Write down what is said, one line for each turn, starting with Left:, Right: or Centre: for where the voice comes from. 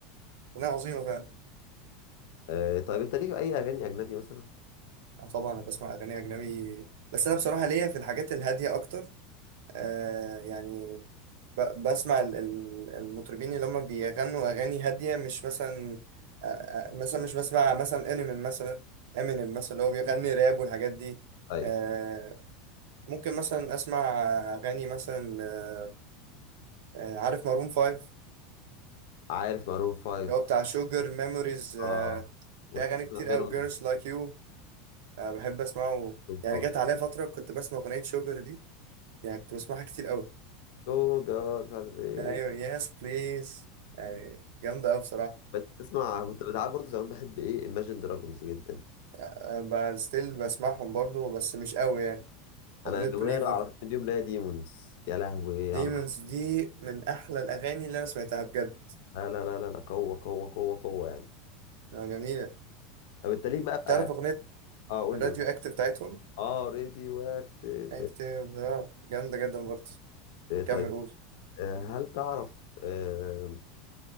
Right: اغنيه عظيمه فعلا
Left: آه طيب انت ليك اي اغاني اجنبي مثلا
Right: آه طبعا انا بسمع اغاني اجنبي بس انا بصراحه ليا في الحاجات الهاديه اكتر آه يعني ب- بسمع ال- ال- المطربين اللي هم بيغنوا اغاني هاديه مش مثلا آه آه، مثلا مش بسمع مثلا انمي مثلا امينيم مثلا اللي هو بيغني راب والحاجات دي
Left: طيب
Right: آه ممكن مثلا اسمع اغاني مثلا آه، آه، عارف مارون فايف
Left: عارف مارون فايف
Right: اللي هو بتاع شوجر ميموريز آه،
Left: اه وميلون
Right: في اغاني كتير
Left: ميلون
Right: قوي جيرلز لايك يو بحب اسمعه يعني
Left: برضه
Right: جت عليا فتره كنت بسمع اغنيه شوجر دي يعني كنت بسمعها كتير قوي
Left: شوجر مش عارف ايه
Right: ايوه يس بليز يعني جامده قوي بصراحه
Left: بس تسمع كنت بتعب برضه زمان بحب ايه Imagine Dragons جدا
Right: آه، ستيل بسمعهم برضو بس مش قوي يعني
Left: انا
Right: اغنيه
Left: الاغنيه
Right: بليفر
Left: اللي عرفتني اليوم اللي هي ديمونز يا لهوي
Right: ديمونز
Left: على الوحش.
Right: دي من احلى الاغاني اللي انا سمعتها بجد
Left: لا لا لا لا لا قوه قوه قوه قوه يعني
Right: آه، جميله
Left: طب انت ليك بقى في
Right: تعرف
Left: اه
Right: اغنيه
Left: آه، قول
Right: راديو
Left: لي قول.
Right: اكتف بتاعتهم
Left: اه راديو اكتيف
Right: اكتف اه جامده جدا برضه كمل
Left: طيب
Right: قول
Left: آه، هل تعرف آه،